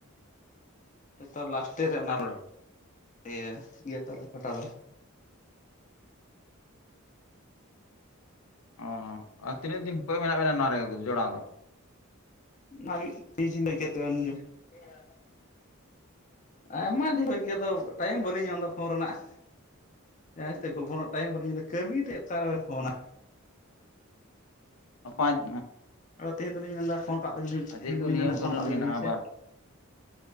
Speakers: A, on the left; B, on the left.
A: ᱡᱚᱛᱚ ᱞᱟᱥᱴᱮ ᱨᱮ ᱚᱱᱟᱞᱮ
B: ᱛᱟᱯᱚᱨᱮ
A: ᱤᱭᱟᱹᱭᱟ ᱤᱭᱟᱹ ᱛᱟᱞᱮ ᱯᱟᱴᱟ ᱫᱚ᱾
B: ᱚ ᱟᱨ ᱛᱤᱱᱟᱹᱜ ᱫᱤᱱ ᱯᱚᱨᱮ ᱢᱮᱱᱟᱜ ᱵᱮᱱᱟ ᱱᱚᱣᱟ ᱨᱮ ᱡᱚᱲᱟᱣ ᱫᱚ᱾
A: <unintelligible> ᱟᱭᱢᱟ ᱫᱤᱱ ᱠᱷᱚᱡ ᱜᱮ ᱟᱫᱚ ᱴᱟᱭᱤᱢ ᱵᱟᱹᱞᱤᱧ ᱧᱟᱢ ᱮᱫᱟ ᱯᱷᱳᱱ ᱨᱮᱱᱟᱜ ᱡᱟᱦᱟᱸᱭ ᱥᱟᱣ ᱛᱮ ᱜᱚᱞᱯᱚ ᱴᱟᱭᱤᱢ ᱵᱟᱹᱞᱤᱧ ᱧᱟᱢ ᱠᱟᱹᱢᱤᱛᱮ ᱚᱠᱟᱨᱮᱵᱮᱱ ᱯᱷᱳᱱᱟ᱾
B: ᱯᱟᱸᱪ
A: ᱟᱫᱚ ᱛᱮᱦᱮᱧ ᱫᱚᱞᱤᱧ ᱢᱮᱱᱫᱟ ᱯᱷᱳᱱ ᱠᱟᱜ ᱞᱮᱜᱮᱞᱤᱧ ᱛᱮᱦᱤᱧ
B: ᱪᱮᱫ ᱠᱚ
A: ᱫᱚᱞᱤᱧ
B: ᱱᱤᱭᱚᱢ
A: ᱢᱮᱱ ᱮᱫᱟ
B: ᱠᱟᱹᱱᱩᱱ
A: ᱯᱷᱳᱱ ᱠᱟᱜ ᱞᱮᱜᱮᱞᱤᱧ
B: ᱢᱮᱱᱟᱜᱼᱟ ᱟᱵᱟᱨ
A: ᱥᱮ